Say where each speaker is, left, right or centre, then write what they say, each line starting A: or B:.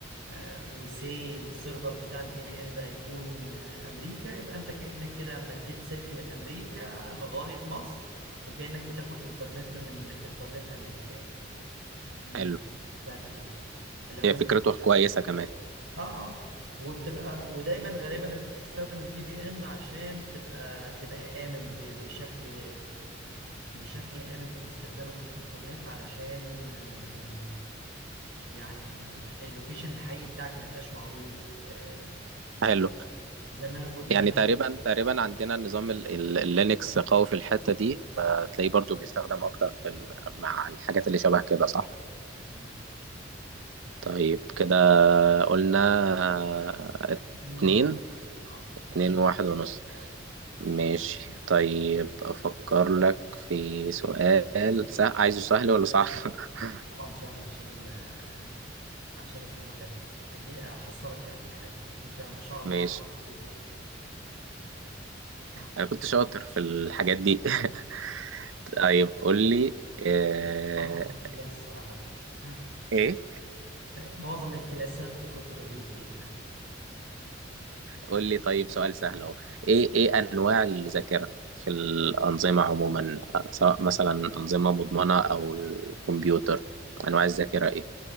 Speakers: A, on the right (about 70°); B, on the right (about 85°).
A: آه، وسي السيرفر بتاع الفي بي ان ده هيكون آه، امريكا يبقى انت كانك كده مديت سلك من امريكا لغايه مصر وكانك بتاخد انترنت من من انترنت امريكا يعني من
B: حلو
A: النت بتاعت امريكا لو
B: هي
A: انت
B: فكرته كويسة كمان
A: اه وبتبقى ودايما غالبا انت تستخدم الفي بي ان عشان تبقى تبقى امن ب- بشكل بشكل امن في استخدامك للانترنت علشان آه، يعني اللوكيشن الحقيقي بتاعك ما يبقاش معروف آه، ال-
B: حلو
A: زي ما انا كنت
B: يعني
A: زمان
B: تقريبا تقريبا عندنا النظام ال- ال- اللينكس قوي في الحتة دي فتلاقيه برضو بيستخدم اكتر في ال- مع الحاجات اللي شبه كده صح
A: مظبوط
B: طيب كده قلنا آه،
A: اتنين واحد
B: اتنين
A: اه
B: اتنين
A: اتنين
B: وواحد
A: واحد
B: ونص ماشي طيب أفكر لك في سؤال سهل عايزه سهل ولا صعب؟ <laughs>
A: طبعا سهل عشان آه، عشان اسمه ده اجي احصلك يا عم الحاج انت ما شاء الله
B: ماشي
A: قوي.
B: أنا كنت شاطر في الحاجات دي <laughs> طيب قول لي آه،
A: مش شاطر في الكلاس صراحة <laughs>
B: ايه
A: معظم الكلاسات دي كنت بغيب فيها
B: قول لي طيب سؤال سهل اهو ايه ايه انواع الذاكره في الانظمه عموما سواء مثلا انظمه مضمونه او الكمبيوتر انواع الذاكره ايه